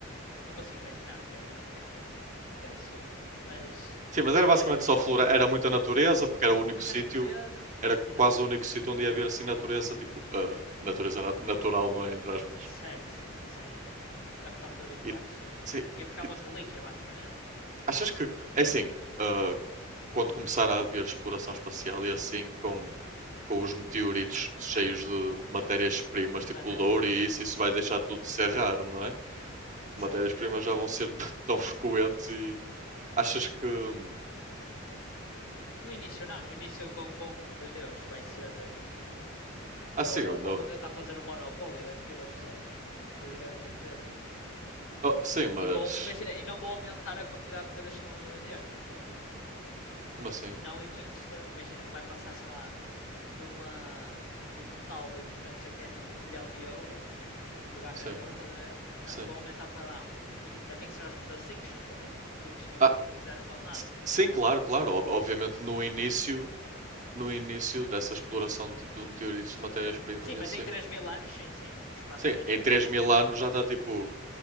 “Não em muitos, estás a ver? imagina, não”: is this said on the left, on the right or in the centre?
Left